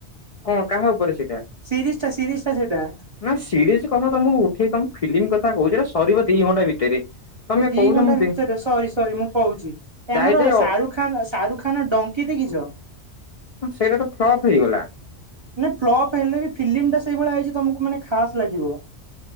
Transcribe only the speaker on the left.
ହଁ କାହା ଉପରେ ସେଇଟା?
ନା ସିରିଏଜ୍ କଥା ତମକୁ ଉଠେଇ ତମକୁ ଫିଲ୍ମ୍ କଥା କହୁଚି ସରିବ ଏଟା ଦି ଘଣ୍ଟା ଭିତରେ ତମେ
କହୁଛ
ମୁଁ
ଯାଇ
ଯାଇ
ହଁ। ସେଇଟା ତ ଫ୍ଲପ୍ ହେଇଗଲା।